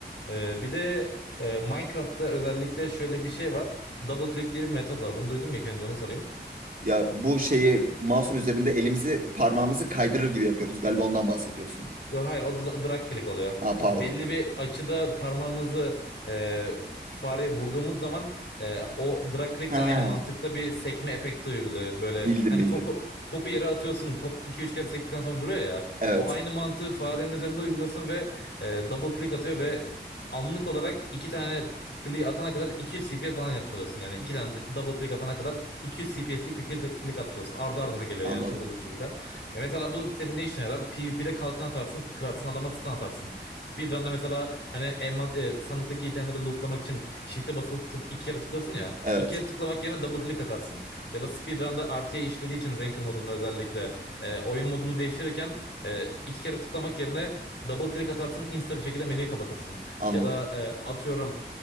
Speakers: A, on the left (about 85°); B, on the right (about 50°).
A: E, bir de e, Minecraft'ta özellikle şöyle bir şey var. Double click diye bir metot var. Bunu duydun mu ilk önce onu sorayım.
B: Ya bu şeyi mouse'un üzerinde elimizi parmağımızı kaydırır gibi yapıyoruz. Galiba ondan bahsediyorsun.
A: Yok hayır o dra- drag click oluyor.
B: Ha pardon.
A: Belli bir açıda parmağımızı e, fareye vurduğumuz zaman e, o drag click'le
B: Ha
A: aynı mantıkta bir sekme efekti uyguluyor. Böyle
B: bildim
A: hani
B: bildim.
A: topu topu yere atıyorsun top 2-3 kere sektikten sonra duruyor ya.
B: Evet
A: O aynı mantığı farenin üzerinde uyguluyorsun ve e, double click atıyor ve anlık olarak iki tane click atana kadar 200 CPS falan yapmış oluyorsun. Yani iki tane double click atana kadar 200 CPS'lik bir click, click atmış oluyorsun. Ardı ardına geliyor
B: anladım.
A: yani çok hızlı bir şekilde. E mesela bu senin ne işine yarar? PvP'de kalkan atarsın, kırarsın, adama stun atarsın. Speedrun'da mesela hani eman, e, sandıktaki itemleri lootlamak için shift'e basılı tutup iki kere tıklasın ya.
B: Evet
A: İki kere tıklamak yerine double click atarsın. Ya da speedrun'da RTA işlediği için ranked modunu özellikle e, oyun modunu değiştirirken e, iki kere tıklamak yerine double click atarsın insta bir şekilde menüyü kapatırsın.
B: anladım.
A: Ya da e, atıyorum